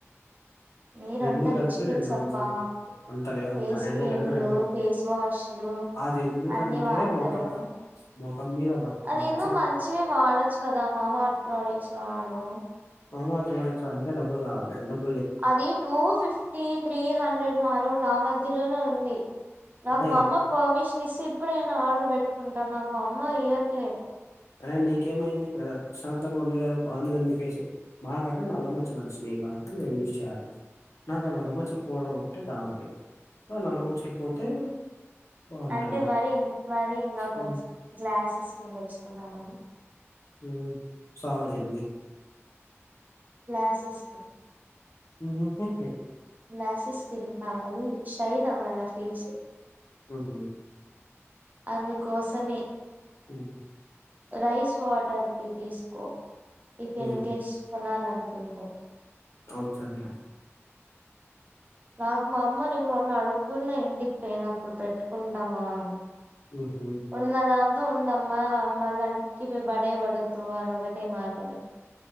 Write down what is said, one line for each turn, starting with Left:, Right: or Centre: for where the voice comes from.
Right: మీరంతా
Left: రెండు కలిపి
Right: రిచ్ కిడ్స్
Left: రెండు
Right: అబ్బా
Left: వందలు అంత లేదమ్మా
Right: ఫేస్
Left: రెండు
Right: క్రీమ్లు
Left: కలిపి రెండు
Right: ఫేస్ వాష్లు
Left: అది ఎందుకంటే
Right: అన్ని వాడతారు
Left: మొఖం మొఖం మీద వ-
Right: అది
Left: మచ్చలు
Right: ఏందో మంచివె వాడొచ్చు కదా మామయత్ ప్రోడక్ ట్ స్వడు
Left: మామ ఎర్త్ ప్రొడక్టసా అంటే డబ్బలుకావాలి డాబు
Right: అది టూ ఫిఫ్టీ త్రీ హండ్రెడ్ మారు నా మధ్యలోనే ఉంది నాకు
Left: అదే
Right: మా అమ్మ పర్మిషన్ ఇస్తే ఇప్పుడైనా ఆర్డర్ పెట్టుకుంటాను నాకు మా అమ్మ ఇయ్యట్లే
Left: అదే నీకేమైంది ప్రశాంతంగా ఉంది కదా బానేవుంది ఫెస్ మాకుంటే నల్లమచ్చలు వోచినయ్ కాబట్టి నేన్ యూజ్ చేయాలి నాకు ఆ నల్ల మచ్చలు పోవడం ఒకటే కావాలి నల్ల మచ్చలు పోతే బాగుంటది
Right: అంటే మరి మరి నాక్ కొంచెం
Left: హ్మ్
Right: గ్లాస్కిన్ తెచ్కుందాఅని
Left: ఉం సెలదేంది
Right: గ్లాసిస్కిన్
Left: ఉంహు ఉంహు
Right: గ్లాసిస్కిన్ కావాలి షైన్ అవ్వన ఫేస్
Left: హుహు.
Right: అందుకోసమే
Left: హ్మ్
Right: రైస్ వాటర్ తీసుకో ఇఫ్
Left: హ్మ్.
Right: ఇన్కెస్ కొనాలనుకుంటే
Left: అవ్ తదిలే
Right: నాకు మా అమ్మ నేను మొన్న అడుకున్న ఇంటికి పోయినప్పుడు పెట్టుకుంటామా అని
Left: ఊహూ
Right: ఉన్నదా ఉండమ్మా మల్లా అన్కివే బాడేబడదు అని ఒకటే మాట అనింది